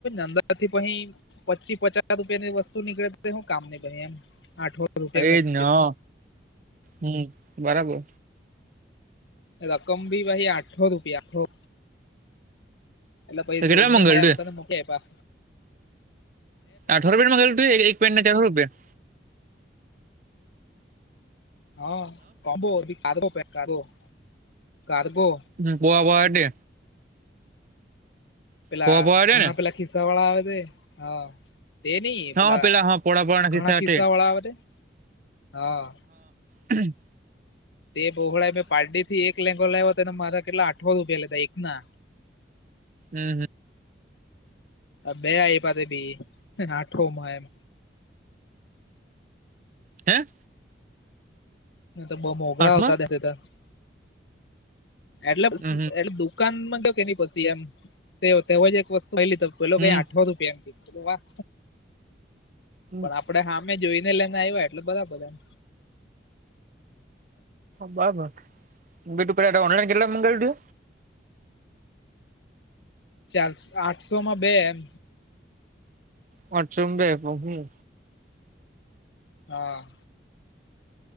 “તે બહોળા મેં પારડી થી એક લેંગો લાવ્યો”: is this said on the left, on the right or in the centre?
Left